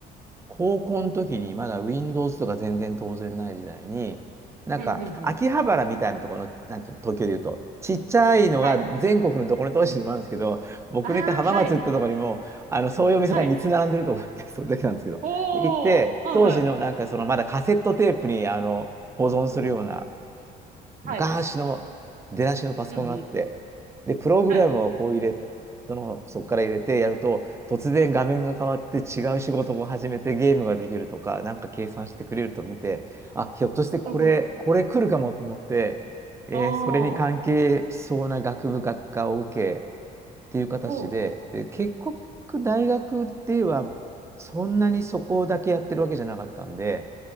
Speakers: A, on the right; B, on the right.
A: 高校の時にまだ Windows とか全然当然ない時代に、なんか秋葉原みたいなところの、
B: うん、うん、うん。
A: なんていうの、東京で言うと、ちっちゃいのが全国のどこの都市にもあるんですけど、
B: はい。
A: 僕の行った浜松行ったところにも、
B: ああ、はい。
A: あの、そういうお店が3つ並んでると思って、
B: はい。
A: <laughs> それだけなんですけど。
B: ほー。
A: で、行って、
B: はいはい。
A: 当時のなんかそのまだカセットテープに、あの、保存するような、
B: うん。
A: 昔の出だしのパソコンがあって、
B: はい。うん、うん。
A: で、プログラムをこう入れ、
B: はい。
A: その、そこから入れてやると、突然画面が変わって違う仕事を始めてゲームができるとか、
B: うん。
A: なんか計算してくれると見て、あ、ひょっとしてこれ、
B: うん、うん。
A: これ来るかもと思って、えーそれに関係しそうな学部学科を受けっていう形で、
B: ああ。ほう。
A: で、結局大学ではそんなにそこだけやってるわけじゃなかったんで、